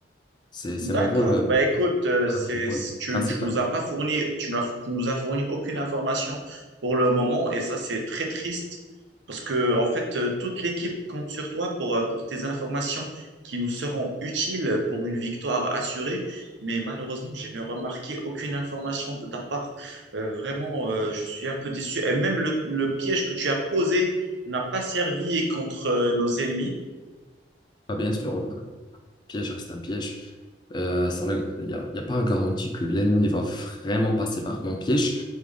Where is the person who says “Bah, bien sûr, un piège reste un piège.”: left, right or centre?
Left